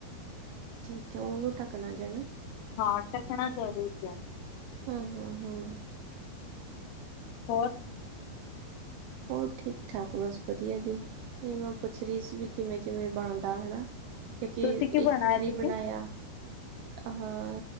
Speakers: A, on the right; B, on the left.
A: ਠੀਕ ਹੈ। ਉਹਨੂੰ ਢੱਕਣਾ ਜਾਣੇ।
B: ਹਾਂ, ਟਕਣਾ ਜ਼ਰੂਰੀ ਆ।
A: ਹੂੰ- ਹੂੰ, ਹੂੰ।
B: ਹੋਰ?
A: ਹੋਰ, ਠੀਕ- ਠਾਕ, ਬਸ ਵਧੀਆ ਜੀ। ਇਹ ਮੈਂ ਪੁੱਛ ਰਹੀ ਸੀ। ਵੀ ਕਿਵੇਂ? ਕਿਵੇਂ ਬਣਦਾ? ਹਨਾ, ਕਿਉਂਕਿ
B: ਤੁਸੀਂ ਕੀ ਬਣਾਇਆ
A: ਇੱਕ ਵਾਰੀ
B: ਦੀਦੀ
A: ਬਣਾਇਆ। ਹਾ,